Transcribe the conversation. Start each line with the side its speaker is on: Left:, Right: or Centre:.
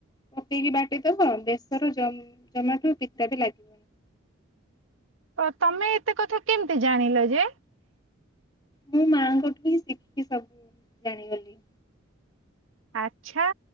Left: ପକେଇକି ବାଟିଦବ ବେଶର ଜ ଜମାଟୁ ପିତା ବି ଲାଗି
Right: ଓ ତମେ ଏତେ କଥା କେମିତି ଜାଣିଲ ଯେ?
Left: ମୁଁ ମାଆଙ୍କଠୁ ହିଁ ଶିଖିକି ସବୁ ଜାଣିଗଲି।
Right: ଆଛା।